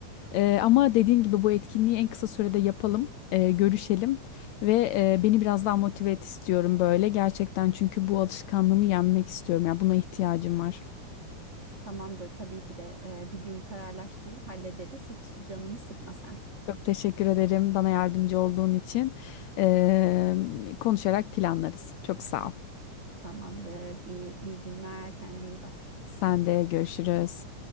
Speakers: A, on the left; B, on the right.
A: Eee, ama dediğin gibi bu etkinliği en kısa sürede yapalım. eee, görüşelim ve eee, beni biraz daha motive et istiyorum böyle. Gerçekten çünkü bu alışkanlığımı yenmek istiyorum. Yani buna ihtiyacım var.
B: Tamamdır tabii ki de e, bir gün kararlaştırır hallederiz. Hiç canını sıkma sen.
A: Çok teşekkür ederim bana yardımcı olduğun için. Ee, konuşarak planlarız. Çok sağ ol.
B: Tamamdır. İyi, iyi günler. Kendine iyi bak.
A: Sen de görüşürüz.